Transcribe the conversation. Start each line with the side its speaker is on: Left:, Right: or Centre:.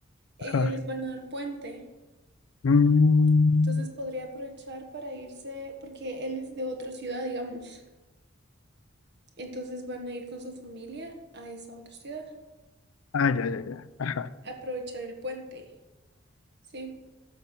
Right: eh,
Left: Ajá.
Right: les van a dar puente.
Left: Mm,
Right: Entonces podría aprovechar para irse, porque él es de otra ciudad, digamos. Entonces van a ir con su familia a esa otra ciudad,
Left: ah, ya, ya, ya. Ajá.
Right: a aprovechar el puente, ¿sí?